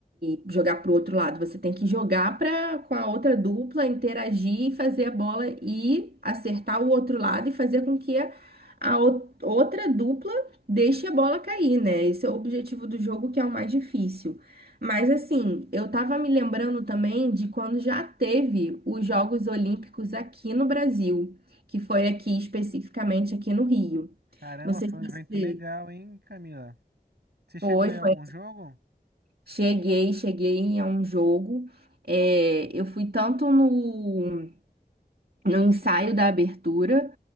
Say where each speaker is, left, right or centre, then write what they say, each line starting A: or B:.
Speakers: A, on the right (about 70°); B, on the right (about 90°).
A: e, e jogar pro outro lado. Você tem que jogar pra, com a outra dupla, interagir e fazer a bola e acertar o outro lado e fazer com que a, a ou- outra dupla deixe a bola cair, né? Esse é o objetivo do jogo, que é o mais difícil. Mas assim, eu tava me lembrando também de quando já teve os Jogos Olímpicos aqui no Brasil, que foi aqui especificamente aqui no Rio.
B: Caramba,
A: Não sei
B: foi
A: se
B: um
A: você
B: evento legal, hein, Camila? Você chegou
A: foi,
B: em
A: foi
B: algum jogo?
A: Cheguei, cheguei a um jogo. É, eu fui tanto no, no ensaio da abertura,